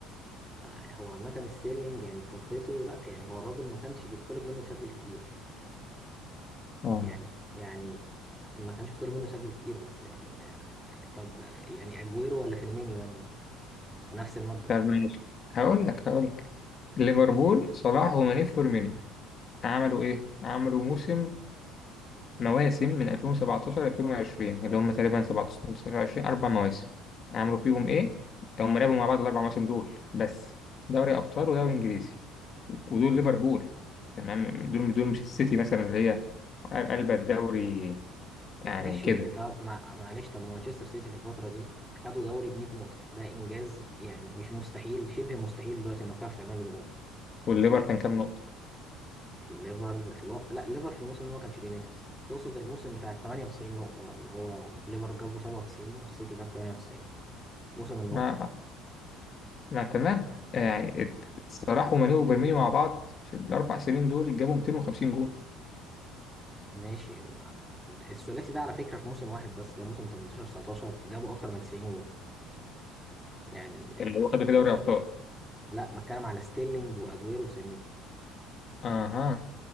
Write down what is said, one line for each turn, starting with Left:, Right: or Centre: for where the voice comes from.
Centre: آه، هو عامة ستيرلينج يعني في فترته لا يعني هو الراجل ما كانش بيطلب منه يسجل كتير
Left: اه
Centre: يعني يعني ما كانش بيطلب منه يسجل كتير بس يعني آه، طب يعني اجويرو ولا فيرمينيو يعني ما- نفس المبدأ
Left: طب ماشي هقول لك هقول لك ليفربول صلاح وماني فيرمينو عملوا ايه؟ عملوا موسم مواسم من 2017 ل 2020 اللي هم تقريبا 17 19 20 اربع مواسم عملوا فيهم ايه هم لعبوا مع بعض الاربع مواسم دول بس دوري ابطال ودوري انجليزي ودول ليفربول تمام دول دول مش السيتي مثلا اللي هي قلب الدوري يعني
Centre: ماشي
Left: كده
Centre: طب مع- معلش طب ما مانشستر سيتي في الفترة دي خدوا دوري ب 100 نقطة ده انجاز يعني مش مستحيل شبه مستحيل دلوقتي انك تعرف تعمله دلوقتي
Left: والليفر
Centre: يعني
Left: كان كام نقطة
Centre: الليفر في الوقت لا الليفر في الموسم ده ما كانش بينافس تقصد الموسم بتاع 98 نقطة بقى اللي هو ليفر جابوا 97 والسيتي جاب 98 موسم النقطة
Left: ما ما تمام يعني ات- صلاح وماني وفيرمينيو مع بعض في الاربع سنين دول جابوا 250 جون
Centre: ماشي ما. الثلاثي ده على فكرة في موسم واحد بس اللي هو موسم 18 19 جابوا أكتر من 90 جول يعني
Left: اللي
Centre: آه،
Left: هو خدوا في دوري ابطال
Centre: لا بتكلم على ستيرلينج وأجويرو وسانيه
Left: اها